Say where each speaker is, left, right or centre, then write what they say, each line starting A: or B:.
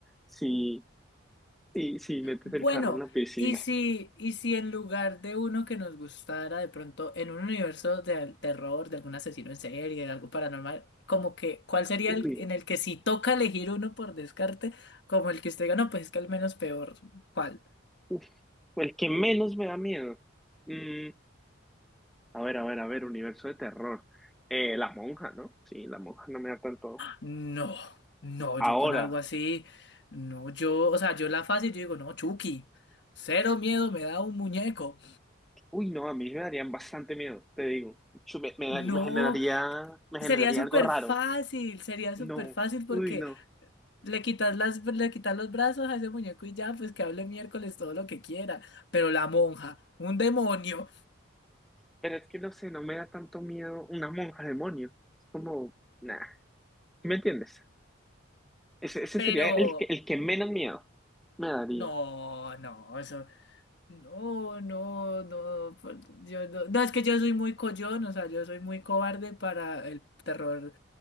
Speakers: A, in the centre; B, on the left (about 55°).
A: si, si, si metes
B: Bueno,
A: el carro en la piscina.
B: y si, y si en lugar de uno que nos gustara, de pronto en un universo de terror, de algún asesino en serie, de algo paranormal, como que, ¿cuál sería
A: Uy,
B: el en el que si toca elegir uno por descarte, como el que usted diga, no, pues es que al menos peor, ¿cuál?
A: uf, el que menos me da miedo. Mm, A ver, a ver, a ver, universo de terror. Eh, la monja, ¿no? Sí, la monja no me da tanto.
B: No, no,
A: Ahora,
B: yo con algo así, no, yo, o sea, yo la fácil, yo digo, no, Chucky, cero miedo, me da un muñeco.
A: uy, no, a mí me darían bastante miedo, te digo. Yo me, me
B: No,
A: dar- me generaría, me
B: sería
A: generaría
B: súper
A: algo raro.
B: fácil, sería súper
A: No,
B: fácil porque
A: uy, no.
B: Le quitas las, le quitas los brazos a ese muñeco y ya, pues que hable miércoles todo lo que quiera. Pero la monja, un demonio.
A: Pero es que no sé, no me da tanto miedo una monja demonio. Es como, nah, ¿sí ¿me entiendes? Ese, ese
B: Pero
A: sería el que, el que menos miedo me daría.
B: no, no, eso. No, no, no, por- yo no. No, es que yo soy muy coyón, o sea, yo soy muy cobarde para el terror